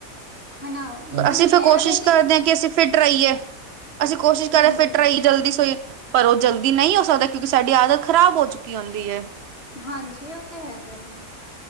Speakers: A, on the left (about 45°); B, on the right (about 55°).
A: ਹਨਾ ਲੇਕਿਨ
B: ਅਸੀਂ
A: ਇਹ
B: ਬਹੁਤ ਕੋਸ਼ਿਸ਼
A: ਵੀ
B: ਕਰਦੇ ਆਂ ਕਿ ਅਸੀਂ ਫਿੱਟ ਰਈਏ, ਅਸੀਂ ਕੋਸ਼ਿਸ਼ ਕਰੇ
A: ਹਾਂਜੀ,
B: ਫਿੱਟ ਰਈਏ, ਜਲਦੀ ਸੋਈਏ, ਪਰ ਓ ਜਲਦੀ ਨਹੀਂ ਹੋ ਸਕਦਾ! ਕਿਉਂਕਿ ਸਾਡੀ ਆਦਤ ਖਰਾਬ ਹੋ ਚੁੱਕੀ ਹੁੰਦੀ ਐ।
A: ਹਾਂਜੀ, ਉਹ ਤਾਂ ਹੈਗਾ ਈ ਐ,